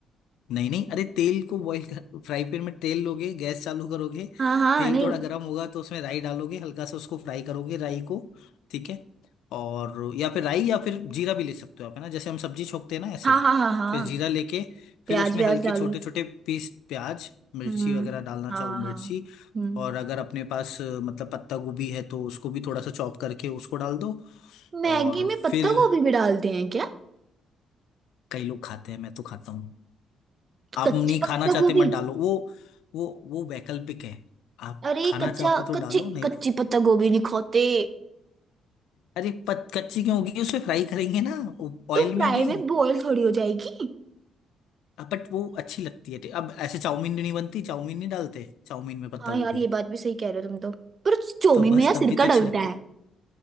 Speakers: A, on the left; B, on the right.
A: नहीं नहीं अरे तेल को बॉईल कर फ्राई पैन में तेल लोगे गैस चालू करोगे
B: हाँ हाँ
A: तेल
B: नहीं
A: थोड़ा गर्म होगा तो उसमें राई डालोगे हल्का सा उसको फ्राई करोगे राई को ठीक है और या फिर राई या फिर जीरा भी ले सकते हो आप है ना जैसे हम सब्जी छोकते हैं ना ऐसे
B: हाँ हाँ हाँ हाँ
A: फिर जीरा लेके फिर
B: प्याज
A: उसमें
B: व्याज
A: हल्के
B: डाली
A: छोटे छोटे पीस प्याज मिर्ची
B: हम्म
A: वगैरह डालना
B: हाँ
A: चाहो मिर्ची
B: हाँ हम्म
A: और अगर अपने पास अ, मतलब पत्ता गोभी है तो उसको भी थोड़ा सा चॉप करके उसको डाल दो
B: मैगी
A: और
B: में
A: फिर
B: पत्ता गोभी भी डालते हैं क्या
A: कई लोग खाते हैं मैं तो खाता आप
B: कच्ची
A: नहीं
B: पत्ता
A: खाना चाहते
B: गोभी
A: मत डालो वो वो वो वैकल्पिक है आप
B: अरे
A: खाना
B: कच्चा
A: चाहो तो
B: कच्ची
A: डालो नहीं
B: कच्ची
A: तो
B: पत्ता गोभी नहीं खाते
A: अरे पत, कच्ची क्यों होगी उसे फ्राई करेंगे ना
B: तो
A: ऑयल
B: फ्राई
A: में अभी
B: में बॉईल थोड़ी हो जाएगी
A: अब बट वो अच्छी लगती है अब ऐसे चाउमीन नहीं बनती चाउमीन नहीं डालते चाउमीन में पत्ता
B: हाँ यार
A: गोभी
B: ये बात भी सही कह रहे हो तुम तो पर चौमिन
A: तो बस
B: में यार सिरका
A: तब भी तो
B: डलता
A: अच्छी लगती
B: है
A: है